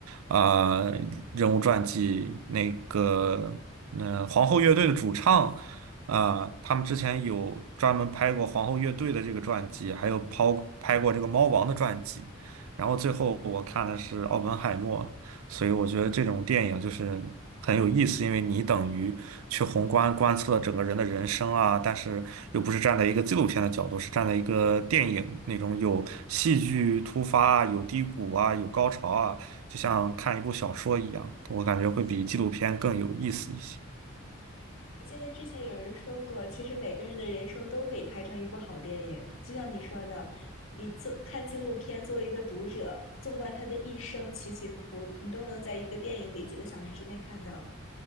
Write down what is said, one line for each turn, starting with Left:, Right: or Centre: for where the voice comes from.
Right: 啊人物传记，那个，嗯、皇后乐队的主唱。呃，他们之前有专门拍过皇后乐队的这个传记，还有抛拍过这个猫王的传记，然后最后我看的是奥本海默，所以我觉得这种电影就是很有意思，因为你等于去宏观观测整个人的人生啊，但是又不是站在一个纪录片的角度，是站在一个电影那种有戏剧突发啊、有低谷啊、有高潮啊，就像看一部小说一样，我感觉会比纪录片更有意思一些。
Left: 我记得之前有人说过，其实每个人的人生都可以拍成一部好电影，就像你说的，你做看纪录片，作为一个读者，纵观他的一生起起伏伏，你都能在一个电影里几个小时之内看到，